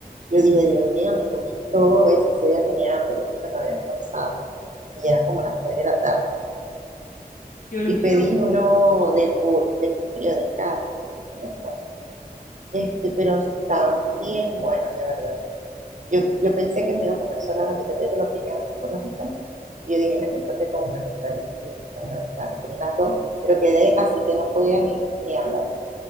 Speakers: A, on the right; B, on the left.
A: Yo dije, Dios mío, me comí todo eso. Ese día tenía hambre, yo creo que no había almorzado. Y eran como las 3 de la tarde.
B: yo los
A: Y
B: quiero
A: pedí uno de pollo, de, de carne, no me acuerdo Este, pero estaban bien buenos, de verdad. Yo, yo pensé que me iba a comer solo la mitad, pero te lo pican así por la mitad. Y yo dije, no, yo creo que con una mitad le estoy bien, con una mitad. Me comí las dos, pero quedé así que no podía ni, ni hablar.